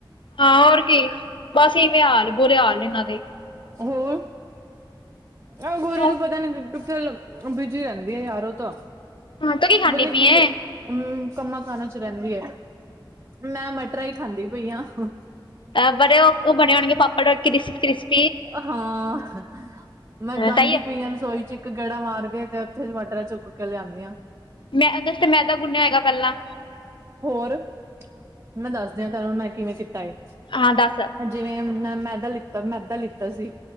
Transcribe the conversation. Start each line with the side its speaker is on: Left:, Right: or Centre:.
Left: ਅ ਆਂ ਹੋਰ ਕੀ, ਬਸ ਇਵੇਂ ਹਾਲ, ਬੁਰੇ ਹਾਲ ਨੇ ਐਨਾਂ ਦੇ।
Right: ਹੋਰ, ਔਏ ਗੋਰੀ
Left: ਹਾਂ
Right: ਨੂੰ ਪਤਾ ਨੀ ਕਿੱਥੇ ਲਗ ਬਿ ਜੀ ਰੈੰਦੀ ਆ ਯਾਰ ਓਹ ਤਾਂ,
Left: ਤੂੰ ਕੀ ਖਾਂਦੀ
Right: ਪਤਾ
Left: ਪਈ
Right: ਕੀ
Left: ਏ?
Right: ਹਮ ਕੰਮਾਂ-ਕਾਰਾਂ ਚ ਰਹਿੰਦੀ ਹੈ, ਮੈਂ ਮਟਰਾਂ ਹੀ ਖਾਂਦੀ ਪਈ ਹਾਂ ਹਨ।
Left: ਅਹ ਬੜੇ ਉਹ ਬਣੇ ਹੋਣਗੇ, ਪਾਪੜ ਕ੍ਰਿਸਪ-ਕ੍ਰਿਸਪ
Right: ਹਾਂ, ਮੈਂ
Left: ਹਾਂ
Right: ਜਾਂਦੀ
Left: ਕਹੀਏ
Right: ਪਈਆਂ ਰਸੋਈ'ਚ। ਇੱਕ ਗੇੜਾ ਮਾਰ ਕੇ, ਤੇ ਉੱਥੇ ਮਟਰਾਂ ਚੁੱਕ ਕੇ ਲਿਆਂਦੀ ਆ।
Left: ਮੈਂ ਓਂਦੇ ਅਸਤੇ ਮੈਦਾ ਗੁੰਣਿਆ ਹੋਏਗਾ ਪਹਿਲਾ।
Right: ਹੋਰ, ਮੈਂ ਦਸਦੀ ਆ ਤੈਨੂੰ, ਮੈਂ ਕਿਵੇਂ ਕੀਤਾ ਏ।
Left: ਹਾਂ ਦੱਸ
Right: ਜਿਵੇਂ ਮੈ ਮੈਦਾ ਲਿੱਤਾ, ਮੈਦਾ ਲਿੱਤਾ ਸੀ।